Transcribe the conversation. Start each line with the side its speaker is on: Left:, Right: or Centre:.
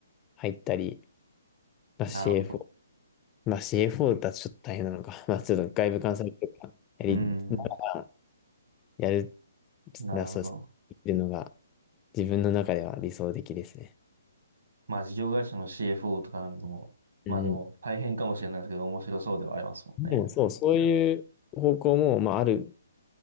Left: 入ったり、まあ、
Right: あ、
Left: CFO、
Right: なるほど。
Left: まあ、CFO だとちょっと大変なのか、<laughs> まあ、ちょっと外部監査とか、やりながら、
Right: うん、う
Left: やる、
Right: ん。なるほど。
Left: な、そうですね。っていうのが、自分の中では理想的ですね。
Right: まあ、事業会社の CFO とかなんでも、
Left: うん。
Right: まあでも、大変かもしれないですけど、面白そうではありますもんね。
Left: でも、そう、そういう方向も、まあ、ある